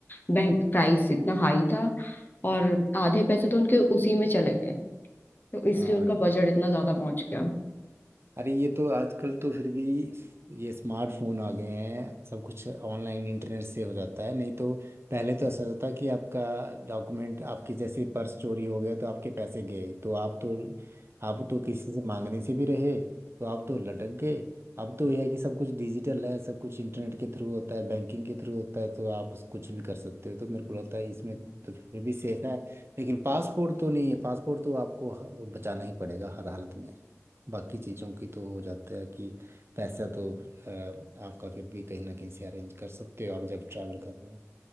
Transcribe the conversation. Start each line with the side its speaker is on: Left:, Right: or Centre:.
Left: बैंक प्राइस इतना हाई था और आधे पैसे तो उनके उसी में चले गए तो इसलिए
Right: हाँ
Left: उनका बजट इतना ज्यादा पहुंच गया
Right: अरे ये तो आजकल तो फिर भी ये स्मार्टफोन आ गए हैं सब कुछ ऑनलाइन इंटरनेट से हो जाता है नहीं तो पहले तो ऐसा होता था कि आपका डॉक्यूमेंट आपकी जैसे पर्स चोरी हो गया तो आपके पैसे गए तो आप तो आप तो किसी से मांगने से भी रहे तो आप तो लटक गए अब तो यह है कि सब कुछ डिजिटल है सब कुछ इंटरनेट के थ्रू होता है बैंकिंग के थ्रू होता है तो आप उस- कुछ भी कर सकते हो तो मेरे को लगता है इसमें तो फिर भी सेफ है लेकिन पासपोर्ट तो नहीं है पासपोर्ट तो आपको ह- बचाना ही पड़ेगा हर हालत में बाकी चीज़ों की तो हो जाता है कि पैसा तो अ, आपका फिर भी कहीं ना कहीं से अरेंज कर सकते हो आप जब ट्रैवल कर रहे हो